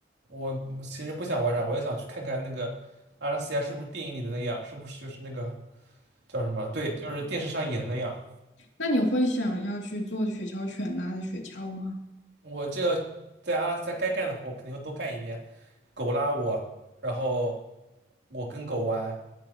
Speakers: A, on the right; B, on the left.
A: 我其实不想玩啥，我也想去看看那个阿拉斯加是不是电影里的那样，是不是就是那个叫什么？对，就是电视上演的那样。
B: 那你会想要去做雪橇犬拉的雪橇吗？
A: 我这个在阿拉斯加该干的活肯定会都干一遍，狗拉我，然后我跟狗玩，